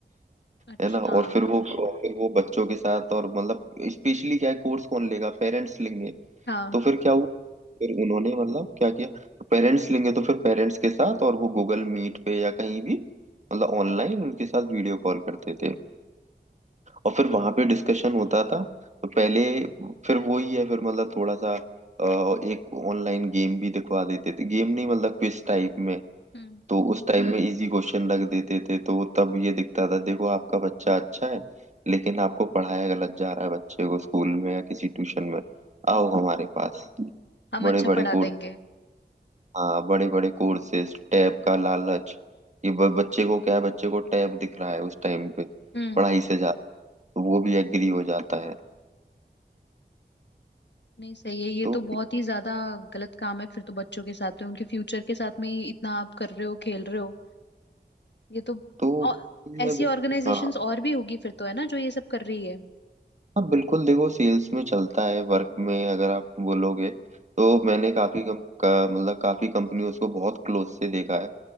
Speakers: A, on the left; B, on the right.
A: अच्छा
B: है ना
A: हाँ
B: और फिर वो फिर वो बच्चों के साथ और मतलब स्पेशली क्या है कोर्स कौन लेगा पेरेंट्स लेंगे
A: हाँ
B: तो फिर क्या हुआ फिर उन्होंने मतलब क्या किया तो पेरेंट्स लेंगे तो फिर पेरेंट्स के साथ और वो गूगल मीट पे या कहीं भी मतलब ऑनलाइन उनके साथ वीडियो कॉल करते थे और फिर वहां पे डिस्कशन होता था तो पहले फिर वही है फिर मतलब थोड़ा सा अ, एक ऑनलाइन गेम भी दिखवा देते थे गेम नहीं मतलब क्विज टाइप में
A: हम्म
B: तो उस टाइम में इजी क्वेश्चन रख देते थे तो तब ये दिखता था देखो आपका बच्चा अच्छा है लेकिन आपको पढ़ाया गलत जा रहा है बच्चे को स्कूल में या किसी ट्यूशन में आओ
A: हम्म
B: हमारे पास
A: हम
B: बड़े
A: अच्छा
B: बड़े
A: पढ़ा
B: कोर्स
A: देंगे
B: हाँ बड़े बड़े कोर्सेज टैब का लालच कि ब- बच्चे को क्या है बच्चे को टैब दिख रहा है उस टाइम पे
A: हम्म
B: पढ़ाई से ज्यादा तो वो भी एग्री हो जाता है
A: नहीं सही है ये
B: तो
A: तो बहुत ही ज्यादा गलत काम है फिर तो बच्चों के साथ में उनके फ्यूचर के साथ में ही इतना आप कर रहे हो खेल रहे हो ये तो
B: तो
A: और ऐसी
B: ये बिल्कुल
A: ऑर्गेनाइजेशंस
B: हाँ
A: और भी होगी फिर तो है ना जो ये सब कर रही है
B: हाँ बिल्कुल देखो सेल्स में चलता है वर्क में अगर आप बोलोगे तो
A: हम्म
B: मैंने काफी कम का, मतलब काफी कंपनियों को बहुत क्लोज से देखा है